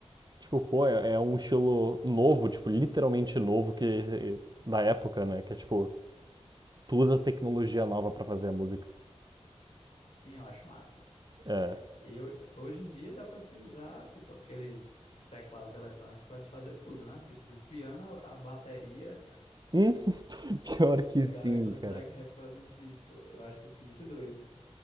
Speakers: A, on the right; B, on the left.
A: Tipo, pô, é, é um estilo novo, tipo, literalmente novo que da época, né? Que é tipo, tu usa tecnologia nova pra fazer a música.
B: Sim, eu acho massa.
A: É.
B: E ho- hoje em dia dá para se usar, tipo, aqueles teclados eletrônicos para se fazer tudo, né? Tipo, do piano à à bateria,
A: Hum? <laughs> Pior
B: <laughs>
A: que
B: o cara
A: sim,
B: consegue
A: cara.
B: reproduzir, pô. Eu acho isso muito doido.